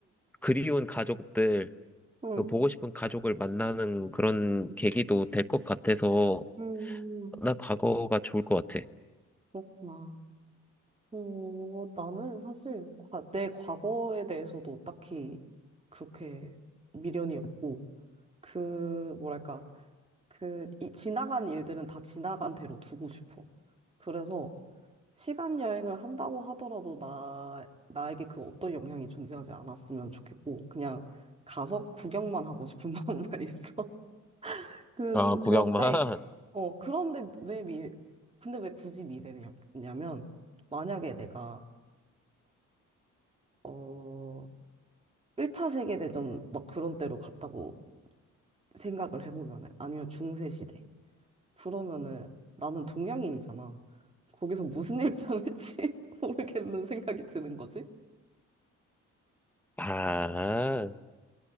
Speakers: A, in the centre; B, on the right.
A: 그리운 가족들,
B: 응,
A: 그 보고 싶은 가족을 만나는 그런
B: 응,
A: 계기도 될 것 같아서
B: 응,
A: 난 과거가 좋을 것 같아.
B: 그렇구나. 어, 나는 사실 과- 내 과거에 대해서도 딱히 그렇게 미련이 없고, 그, 뭐랄까, 그, 이, 지나간 일들은 다 지나간 대로 두고 싶어. 그래서 시간 여행을 한다고 하더라도 나, 나에게 그 어떤 영향이 존재하지 않았으면 좋겠고, 그냥 가서 구경만 하고 싶은 <laughs> 마음만 있어. 근,
A: 아,
B: 그런데,
A: 구경만. <laughs>
B: 어, 그런데 왜 미, 근데 왜 굳이 미래냐면, 만약에 내가 어, 1차 세계대전 막 그런 때로 갔다고 생각을 해보면은, 아니면 중세시대. 그러면은 나는 동양인이잖아. 거기서 무슨 일 당할지 <laughs> 모르겠는 생각이 드는 거지.
A: 아,